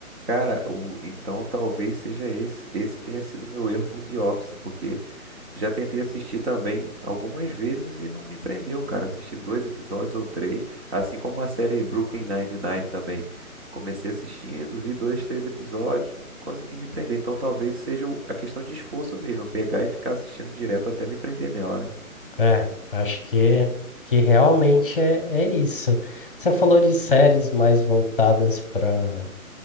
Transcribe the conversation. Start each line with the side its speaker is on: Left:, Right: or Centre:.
Right: Cara, o- então talvez seja esse. Esse tenha sido meu erro com The Office, porque já tentei assistir também algumas vezes e não me prendeu, cara. Assisti dois episódios ou três, assim como a série Brooklyn Nine-Nine também. Comecei assistindo, vi dois, três episódios, não consegui me prender. Então talvez seja o- a questão de esforço mesmo, eu pegar e ficar assistindo direto até me prender nela, né?
Left: É, acho que, que realmente é, é isso. Você falou de séries mais voltadas para